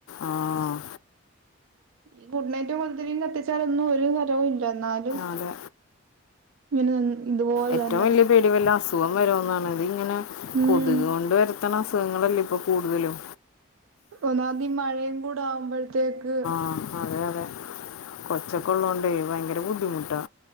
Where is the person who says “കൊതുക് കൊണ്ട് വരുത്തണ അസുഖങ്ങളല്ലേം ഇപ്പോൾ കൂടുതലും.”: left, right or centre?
Left